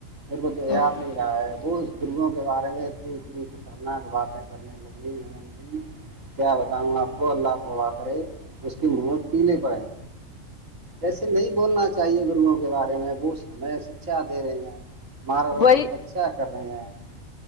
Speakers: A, on the right (about 80°); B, on the left (about 65°).
A: اور وہ دور
B: ہ
A: نہیں رہا ہے وہ
B: جی
A: اس گروؤں کے بارے میں اتنی اتنی خطرناک باتیں کرنے لگی ہیں جی کیا بتاؤں آپ کو اللہ توبا کرے اس کی مہت کیلے پر ہے ایسے نہیں بولنا چاہیے گروؤں کے بارے میں ش ہمیں شکچھا دے رہے ہیں مارگ درشن
B: وہی
A: اچھا کر رہے ہیں <unintelligible>